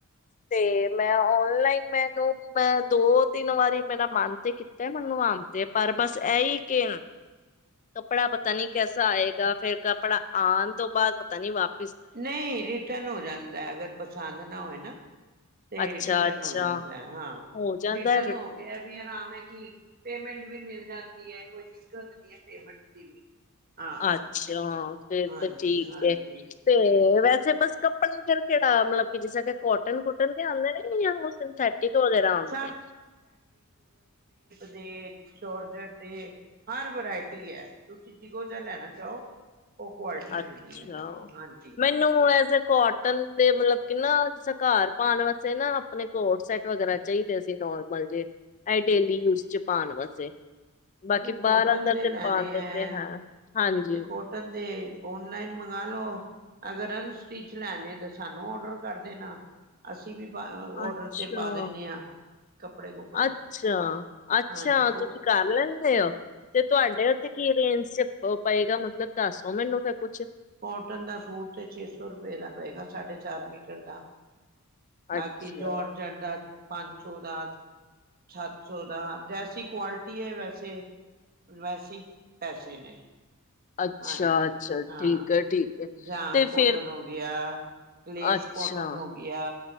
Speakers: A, on the left; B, on the right.
A: ਤੇ ਮੈਂ ਔਨਲਾਈਨ ਮੈਨੂੰ ਮੈਂ ਦੋ ਤਿੰਨ ਵਾਰੀ ਮੇਰਾ ਮਨ ਤੇ ਕੀਤਾ ਤੇ ਮੰਗਵਾਨਦੇ ਪਰ ਬਸ ਇਹ ਹੀ ਕਿ ਕੱਪੜਾ ਪਤਾ ਨੀ ਕੈਸਾ ਆਏਗਾ ਫੇਰ ਕੱਪੜਾ ਆਉਣ ਤੋਂ ਬਾਅਦ ਪਤਾ ਨੀ ਵਾਪ
B: ਨਹੀਂ ਰਿਟਰਨ ਹੋ ਜਾਂਦਾ ਐ ਅਗਰ ਪਸੰਦ ਨਾ ਹੋਏ ਨਾ। ਤੇ
A: ਅੱਛਾ
B: ਰਿਟਰਨ
A: ਅੱਛਾ
B: ਹੋ ਜਾਂਦਾ ਹਾਂ
A: ਹੋ ਜਾਂਦਾ
B: ਰਿਟਰਨ ਹੋ ਕੇ ਵੀ ਆਮ ਹੈ ਕਿ ਪੇਮੈਂਟ ਵੀ ਮਿਲ ਜਾਂਦੀ ਹੈ ਕੋਈ ਦਿੱਕਤ ਨੀ ਹੈ ਪੇਮੈਂਟ ਦੀ ਵੀ। ਹਾਂ
A: ਅੱਛਾ ਫੇਰ
B: ਹਾਂਜੀ
A: ਤੇ ਠੀਕ
B: ਹਾਂਜੀ
A: ਹੈ। ਤੇ ਵੈਸੇ ਬਸ ਕੱਪੜਾ ਫਿਰ ਕਿਹੜਾ ਮਤਲਬ ਕੀ ਜਿਸਰਾ ਕੇ ਕੋਟਨ ਕੁਟਨ ਵੀ ਆਉਂਦੇ ਨੇ ਜਾਂ ਉਹ ਸਿੰਥੈਟਿਕ ਵਗੈਰਾ ਆਉਂਦੇ
B: ਸਭ
A: ਨੇ।
B: ਤੇ ਜੋਰਜਟ ਏ ਹਰ ਵਰਾਇਟੀ ਹੈ। ਤੁਸੀਂ ਜਿਹੋ ਜਿਹਾ ਲੈਣਾ ਚਾਹੋ ਉਹ ਕੁਆਲਿਟੀ
A: ਅੱਛਾ
B: ਮਿਲਦੀ ਹੈ ਉਹਨਾਂ ਕੋਲ ਹਾਂਜੀ
A: ਮੈਨੂੰ
B: ਹਾਂਜੀ
A: ਐਜ ਇਕ ਕਾਟਨ ਦੇ ਮਤਲਬ ਆਪਣੇ ਨਾ ਘਰ ਪਾਉਣ ਵਾਸਤੇ ਪਾਉਣ ਵਾਸਤੇ ਨਾ ਆਪਣੇ ਕੋਟ ਸੈਟ ਵਗੈਰਾ ਚਾਹੀਦੇ ਸੀ ਨੋਰਮਲ ਜੇ ਏ ਡੇਲੀ ਯੂਜ ਚ ਪਾਉਣ ਵਾਸਤੇ। ਬਾਕੀ ਬਾਹਰ
B: ਕੋਟਨ
A: ਅੰਦਰ
B: ਦੇ ਲੈਣੇ
A: ਪਾਣ ਦੇ
B: ਹੈ
A: ਤੇ ਹਾਂਜੀ
B: ਤੇ ਕੋਟਨ ਦੇ ਓਨਲਾਈਨ ਮੰਗਵਾ ਲਓ ਅਗਰ ਅਨ ਸਟਿਚ ਲੈਣੇ ਤਾਂ ਸਾਨੂੰ ਔਡਰ ਕਰ ਦੇਣਾ ਅ ਅਸੀਂ ਵੀ ਪਾ ਔਡਰ
A: ਅੱਛਾ
B: ਤੇ ਪਾ ਦਿੰਦੇ ਹਾਂ ਕੱਪੜੇ ਕੁਪੜੇ
A: ਅੱਛਾ, ਅੱਛਾ
B: ਹਾਂ ਦੇਖੋ
A: ਤੁਸੀਂ ਕਰ ਲੈਂਦੇ ਤੇ ਤੁਹਾਡੇ ਉੱਥੇ ਕੀ ਰੇਂਜ ਚ ਪਏਗਾ ਮਤਲਬ ਦੱਸੋ ਮੈਨੂੰ ਫਿਰ ਕੁੱਛ
B: ਕਟਨ ਦਾ ਸੂਟ ਤੇ ਛੇ ਸੌ ਰੁਪਏ ਦਾ ਪਏਗਾ ਸਾਢੇ ਚਾਰ ਮੀਟਰ ਦਾ ਬਾਕੀ
A: ਅੱਛਾ,
B: ਜੋਰ ਜੱਟ ਦਾ ਪੰਜ ਸੌ ਦਾ ਸੱਤ ਸੌ ਦਾ ਜੈਸੀ ਕੁਆਲਿਟੀ ਹੈ ਵੈਸੇ ਵੈਸੀ ਪੈਸੇ ਨੇ
A: ਅੱਛਾ,
B: ਹਾਂਜੀ
A: ਅੱਛਾ
B: ਹਾਂ
A: ਠੀਕ ਹੈ, ਠੀਕ ਹੈ।
B: ਜਾਮ
A: ਤੇ
B: ਕੋਟਨ
A: ਫੇਰ
B: ਹੋ ਗਿਆ ਗਲੇਸ
A: ਅੱਛਾ,
B: ਕੋਟਨ ਹੋ ਗਿਆ